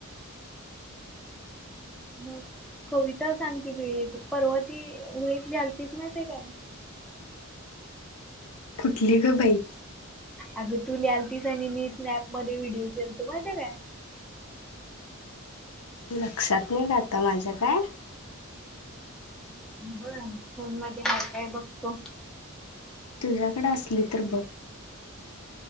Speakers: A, in the centre; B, on the left (about 85°).
A: ह कविता सांग क पर्वती उतली हलतीच माते काय
B: कुठली ग बाई
A: अगं तू ल आल तस आणि मी स्नॅप मध्ये व्हिडिओ केलतो माहिती काय
B: लक्षात नाही जात माझ्या काय
A: बर फोन मध्ये आहे काय बघतो
B: तुझ्याकडे असली तर बघ